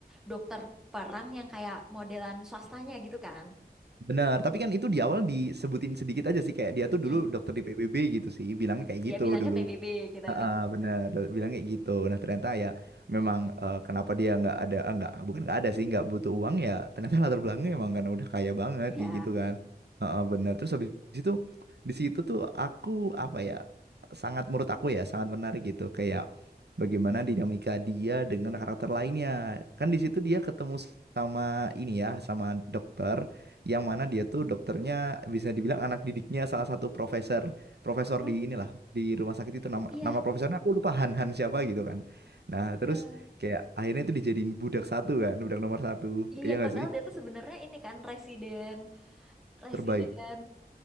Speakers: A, in the centre; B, on the right.
A: dokter perang yang kayak modelan swastanya gitu kan.
B: benar tapi kan itu di awal disebutin sedikit aja sih kayak dia tuh
A: Mm.
B: dulu dokter di PBB gitu sih bilangnya kayak
A: Dia
B: gitu
A: bilangnya
B: dulu
A: PBB gitu.
B: Heeh, bener do- bilang kayak gitu nah ternyata ya memang eh, kenapa dia nggak ada ah, nggak bukan nggak ada sih nggak butuh uang ya ternyata latar belakangnya emang kan udah kaya banget
A: Iya.
B: kayak gitu kan Heeh, bener terus habis itu di situ tuh aku apa ya sangat menurut aku ya sangat menarik gitu kayak bagaimana dinamika dia dengan karakter lainnya kan di situ dia ketemu sama ini ya sama dokter yang mana dia tuh dokternya bisa dibilang anak didiknya salah satu profesor profesor
A: Oh,
B: di inilah di rumah sakit itu nama
A: iya.
B: nama profesornya aku lupa Han Han siapa gitu kan nah terus
A: Eh,
B: kayak akhirnya itu dijadiin budak satu kan budak nomor satu
A: Iya
B: iya
A: yang
B: nggak
A: padahal
B: sih
A: dia tuh sebenarnya ini kan residen, residen
B: terbaik